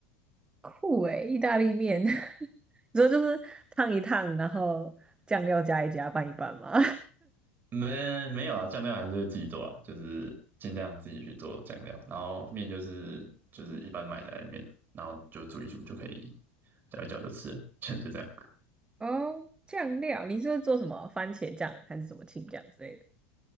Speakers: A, on the right; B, on the right.
A: 酷诶，意大利面，<laughs> 你说就是烫一烫，然后酱料加一加，拌一拌吗？
B: 没没有啊，酱料还是会自己做啊，就是尽量自己去做酱料，然后面就是就是一般买在里面，然后就煮一煮就可以，搅一搅就吃了 <laughs> 就就这样。
A: <laughs> 哦，酱料，你是做什么番茄酱还是什么青酱之类的？